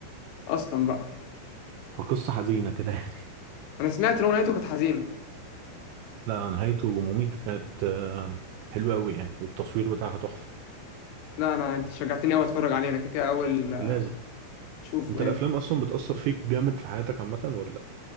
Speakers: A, on the left (about 85°); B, on the right (about 85°).
A: أصلا بقى
B: فقصه حزينه كده يعني
A: انا سمعت ان هو نهايته كانت حزينه
B: لا نهايته مميتة كانت آه، حلوة أوي يعني والتصوير بتاعها تحفة
A: لا انا انت شجعتني قوي اتفرج عليه انا كده كده اول
B: لازم
A: شوفه
B: أنت الأفلام
A: يعني
B: أصلا بتأثر فيك جامد في حياتك عامة ولا؟